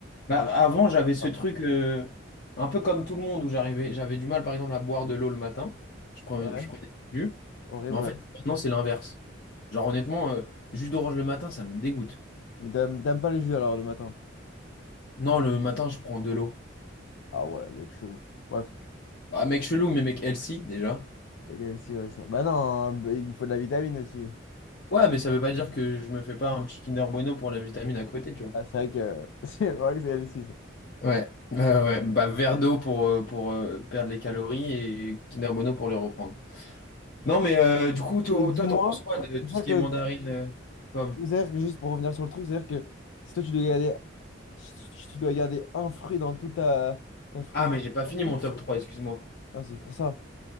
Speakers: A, on the left; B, on the left.
A: Bah,
B: Ah
A: avant,
B: ouais.
A: j'avais ce
B: Ah.
A: truc euh, un peu comme tout le monde où j'arrivais, j'avais du mal par exemple à boire de l'eau le matin. Je prenais,
B: Ouais,
A: je prenais du jus.
B: horrible,
A: Mais en
B: ouais.
A: fait, maintenant, c'est l'inverse. Genre, honnêtement, euh, jus d'orange le matin, ça me dégoûte.
B: Mais t'aimes t'aimes pas les jus, alors, le matin?
A: Non, le matin, je prends de l'eau.
B: Ah ouais, le mec chelou. Bref.
A: Bah, mec chelou, mais mec healthy déjà.
B: Ok, si, ouais, ça. Bah non, hein, bah, il faut de la vitamine aussi.
A: Ouais, mais ça veut pas dire que je me fais pas un petit Kinder Bueno pour la vitamine à côté, tu vois.
B: Ah, c'est vrai que <laughs> c'est vrai que c'est elle aussi ça.
A: Ouais, ouais, ouais. Bah, verre d'eau pour, euh, pour euh, perdre les calories et Kinder Bueno pour les reprendre. Non, mais euh, du coup, toi,
B: Et Dis-moi,
A: toi, t'en penses quoi de tout
B: c'est-à-dire
A: ce qui est mandarine,
B: que,
A: euh, pomme
B: c'est-à-dire que juste pour revenir sur le truc, c'est-à-dire que si toi tu dois garder, si tu dois garder un fruit dans toute ta, ta frigorifère,
A: Ah, mais j'ai pas fini mon top 3, excuse-moi.
B: Ouais, c'est pour ça.